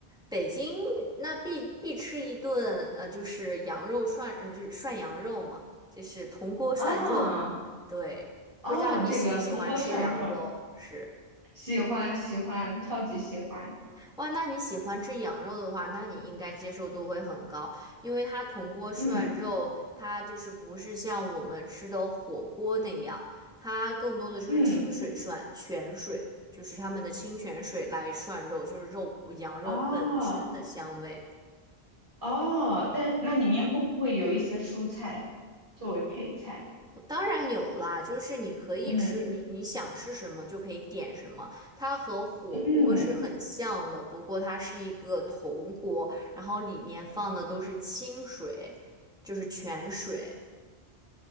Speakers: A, in the centre; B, on the right.
A: 北京那必必吃一顿，呃，就是羊肉涮，呃就是涮羊肉嘛，就是铜锅涮肉。
B: 哦，
A: 对，
B: 哦，
A: 不知道你喜不喜欢吃羊肉？
B: 这个铜锅涮肉，
A: 是，
B: 喜欢喜欢，超级喜欢。
A: 哇，那你喜欢吃羊肉的话，那你应该接受度会很高，因为它铜锅涮肉，
B: 嗯
A: 它就是不是像我们吃的火锅那样，它更多的就是清水涮，
B: 嗯，
A: 泉水，就是他们的清泉水来涮肉，就是肉羊肉本身的香味。
B: 哦哦，但那里面会不会有一些蔬菜作为配菜？
A: 当然有啦，就是你可以吃，
B: 嗯
A: 你你想吃什么就可以点什么。它和火锅是很像的，
B: 嗯。
A: 不过它是一个铜锅，然后里面放的都是清水，就是泉水。